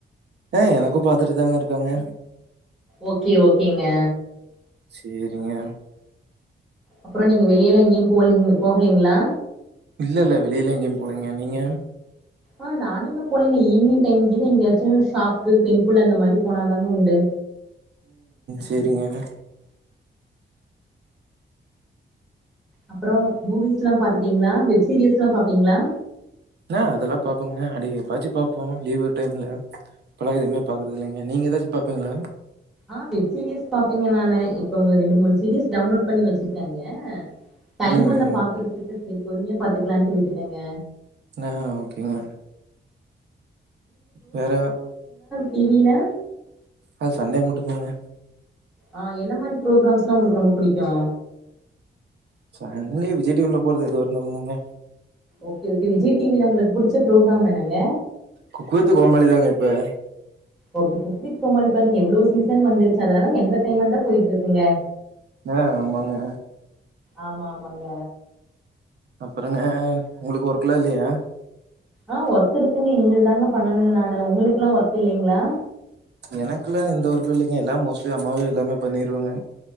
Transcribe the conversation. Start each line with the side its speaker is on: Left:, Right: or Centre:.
Right: அ எனக்கு பாத்துட்டுதாங்க இருக்காங்க
Centre: ஓகே ஓகேங்க
Right: சேரிங்க
Centre: அப்பறோ நீங்க வெளியல்லா எங்கியும் போலிங் போகலீங்களா
Right: இல்ல இல்ல வெளியில எங்கியும் போலீங்க நீங்க
Centre: ஆஹ் நானு எங்க போலீங்க ஈவினிங் டைம் கீது எங்கயாச்சு ஷாப் பு டெம்பிள் அந்த மாதிரி போனாதாங்க உண்டு
Right: சரிங்க
Centre: அப்புறம் மூவிஸ் எல்லாம் பாத்துட்டீங்களா வெப் சீரிஸ் எல்லா பாப்பீங்களா
Right: அ அதெல்லாம் பாப்போங்க அடி எப் பாச்சு பாப்போ லீவுடைம்ல இப்பலா எதுமே பாக்குறது இலைங்க நீங்க எதாச்சும் பாப்பீங்களா
Centre: ஆஹ் வெப் சீரீயஸ் பாப்பங்க நானு இப்பங்க ரெண்டு மூணு சீரீயஸ் டவுன்லோட் பண்ணி வச்சிருக்கங்க டைமல்ல
Right: ம், ம்.
Centre: பாக்குறதுக்கு சரி பொறுமையா பாத்துக்கலான்ட்டு விட்டுட்டங்க
Right: ஆஹ ஓகேங்க வேற
Centre: டி வி ல
Right: அது சண்டே மட்டுந் தாங்க
Centre: ஆஹ் என்ன மாரி ப்ரோகிராம்ஸ் லா உங்களுக்கு ரொம்ப பிடிக் கு
Right: சான்டே விஜய் டி வி ல போடறது எதுவாருந்தாலுந் தாங்க
Centre: ஓகே ஓகே விஜய் டிவில உங்களுக்கு புடிச்ச ப்ரோக்ராம் என்னங்க
Right: குக் வித் கோமாலி தாங்க இப்ப
Centre: ஓகே குக் வித் கோமாளி பாருங்க எவ்ளோ சீசன் வந்திருக்கு அது நல்லா என்டர்டெயின்மென்ட்டா போயிட்டு இருக்குங்க
Right: ஆ ஆமாங்க.
Centre: ஆமா ஆமாங்க
Right: அப்புறங்க உங்களுக்கு ஒர்க் எல்லா இல்லையா
Centre: ஆஹ் ஒர்க் இருக்குங்க இனிமேல் தாங்க பண்ணணுனு நா உங்களுக்கெல்லா ஒர்க் இல்லைங்களா
Right: எனக்குல்லா எந்த வொர்க்கு இல்லைங்க எல்லா மோஸ்ட்லி அம்மாவே எல்லாமே பண்ணிருவாங்க